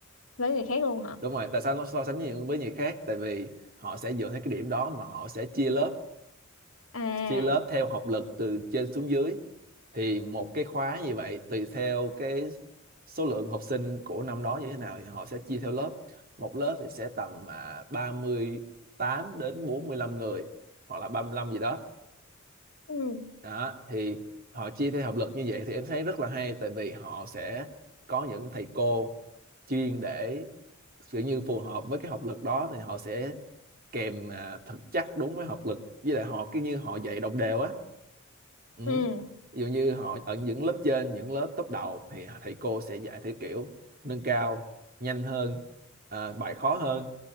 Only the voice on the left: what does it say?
với người khác luôn hả
à
Ừ.
ừ